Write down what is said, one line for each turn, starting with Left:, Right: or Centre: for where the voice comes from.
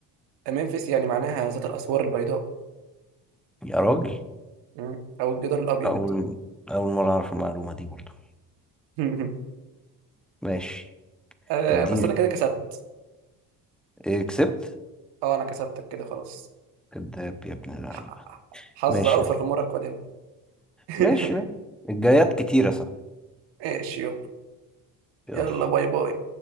Right: ممفيس يعني معناها ذات الاسوار البيضاء
Centre: يا راجل
Right: مم. او الجدار الابيض
Centre: اول اول مره اعرف المعلومه دي برضه
Right: <laughs>
Centre: ماشي
Right: أه
Centre: اديني
Right: بس انا كده كسبت
Centre: ايه كسبت
Right: اه انا كسبتك كده خلاص
Centre: كداب يا ابن اللعيبه
Right: ح- حظ
Centre: ماشي
Right: اوفر
Centre: يعني
Right: في المره القادمه <laughs>
Centre: ماشي ماشي الجايات كتيره صح
Right: ماشي يابا
Centre: يلا
Right: يلا باي باي